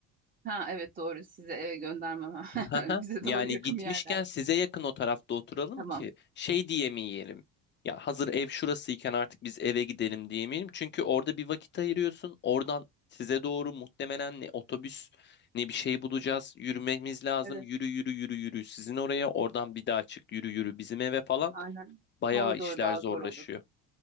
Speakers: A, on the right; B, on the left.
A: Ha evet doğru size eve göndermem. <laughs>
B: Haha.
A: Bize
B: Yani
A: doğru yakın
B: gitmişken
A: yerlerde.
B: size yakın o tarafta oturalım
A: Tamam.
B: ki şey diyemeyelim. Ya hazır ev şurasıyken artık biz eve gidelim diyemeyelim. Çünkü orada bir vakit ayırıyorsun. Oradan size doğru muhtemelen ne otobüs ne bir şey bulacağız. Yürümemiz lazım.
A: Evet
B: Yürü yürü yürü yürü. Sizin oraya oradan bir daha çık yürü yürü bizim eve falan.
A: aynen.
B: Bayağı
A: Doğru
B: işler
A: doğru daha
B: zorlaşıyor.
A: zor olur.